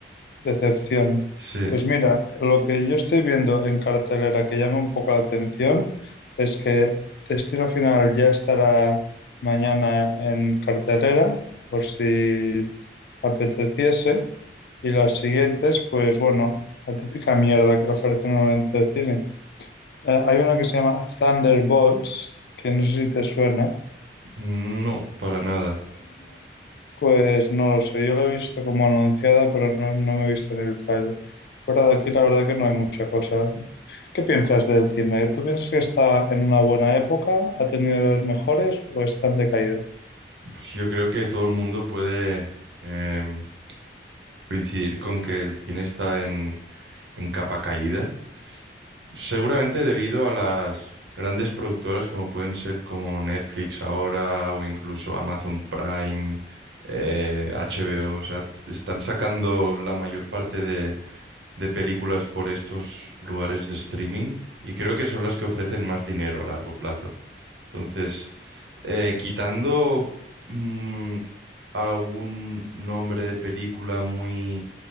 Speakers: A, on the left; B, on the right.
A: Decepción.
B: Sí,
A: Pues mira, lo que yo estoy viendo en cartelera que llama un poco la atención es que Destino Final ya estará mañana en cartelera, por si apeteciese, y las siguientes, pues bueno, la típica mierda que ofrece normalmente el cine. Eh, hay una que se llama Thunderbolts, que no sé si te suena,
B: no, para nada.
A: pues no lo sé, yo lo he visto como anunciada, pero no, no me he visto en el trailer. Fuera de aquí, la verdad que no hay mucha cosa. ¿Qué piensas del cine? ¿Tú piensas que está en una buena época, ha tenido los mejores o está en decaída?
B: Pues Yo creo que todo el mundo puede em, coincidir con que el cine está en, en capa caída, seguramente debido a las grandes productoras como pueden ser como Netflix ahora o incluso Amazon Prime, eh, HBO, o o sea, están sacando la mayor parte de, de películas por estos lugares de streaming y creo que son las que ofrecen más dinero a largo plazo. Entonces, eh, quitando mm, algún nombre de película muy